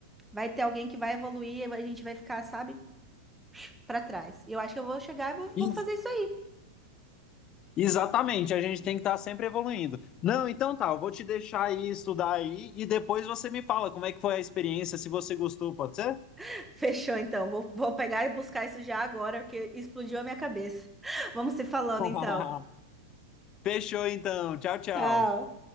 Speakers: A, in the centre; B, on the left (about 30°).
A: vai ter alguém que vai evoluir e a gente vai ficar, sabe? para trás. E eu acho que eu vou chegar e vou, vou
B: Ex-
A: fazer isso aí.
B: Exatamente, a gente tem que estar sempre evoluindo. Não, então tá, eu vou te deixar aí estudar aí e depois você me fala como é que foi a experiência, se você gostou, pode ser?
A: <laughs> Fechou, então. Vou, vou pegar e buscar isso já agora, porque explodiu a minha cabeça. <laughs> Vamos se falando,
B: <laughs>
A: então.
B: Fechou então. Tchau, tchau.
A: Tchau.